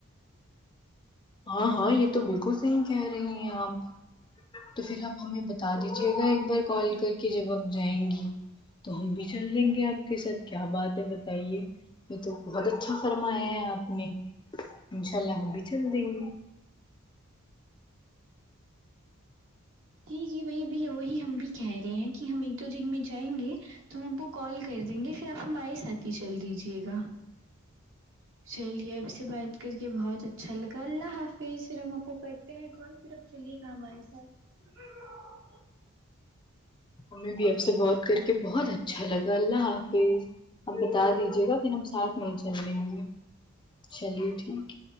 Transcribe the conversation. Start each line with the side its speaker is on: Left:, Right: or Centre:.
Left: ہاں ہاں یہ تو بالکل سے ہی کہہ رہی ہیں آپ تو پھر آپ ہمیں بتا دیجیے گا ایک بار کال کر کے جب آپ جائیں گی تو ہم بھی چل رہیں گے آپ کے ساتھ کیا بات ہے بتائیے یہ تو بہت اچھا فرمایا ہے آپ نے انشاء اللہ ہم بھی چل دیں گے
Right: جی جی وہی بھی وہی ہم بھی کہہ رہے ہیں کہ ہم ایک دو دن میں جائیں گے تو ہم آ کو کال کر دیں گے پھر آپ ہمارے ساتھ ہی چل دیجیے گا چلیے اب سے بات کر کے بہت اچھا لگا اللہ حافظ پھر ہم آپ کو ہیں کال پھر اب چلیے گا ہمارے ساتھ
Left: ہمیں بھی اب سے بات کر کے بہت اچھا لگا اللہ حافظ اب بتا دیجیے گا پھر ہم ساتھ میں ہی چل لیں گے چلیے ٹھیک